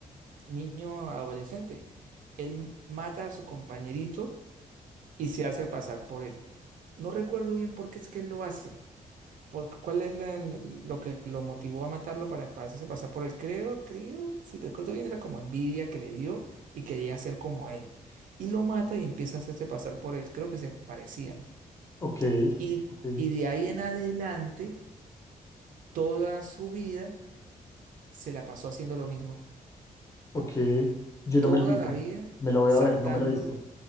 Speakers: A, on the right; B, on the left.
A: niño adolescente, él mata a su compañerito y se hace pasar por él. No recuerdo bien por qué es que él lo hace ¿Por cuál es la- lo que lo motivó a matarlo para, para hacerse pasar por él? Creo, creo, si recuerdo bien, era como envidia que le dio y quería ser como él. Y lo mata y empieza a hacerse pasar por él. Creo que se parecían.
B: Ok,
A: Y,
B: ok.
A: y de ahí en adelante, toda su vida se la pasó haciendo lo mismo.
B: Ok. Yo no
A: Toda
B: me la he visto.
A: la vida
B: Me la voy
A: saltando.
B: a ver, no me la he visto.